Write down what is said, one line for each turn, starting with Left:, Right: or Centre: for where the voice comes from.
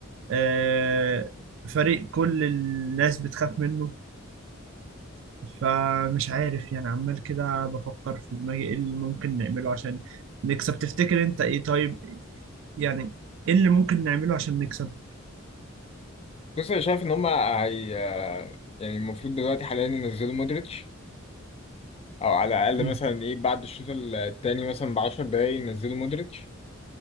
Right: آه فريق كل الناس بتخاف منه فمش عارف يعني عمال كده بفكر في دماغي ايه اللي ممكن نعمله عشان نكسب تفتكر انت ايه طيب يعني ايه اللي ممكن نعمله عشان نكسب
Left: بص أنا شايف إن هم هي آه، يعني المفروض دلوقتي حاليا ينزلوا مودريتش او على الاقل
Right: م-
Left: مثلا ايه بعد الشوط التاني مثلا ب 10 دقايق ينزلوا مودريتش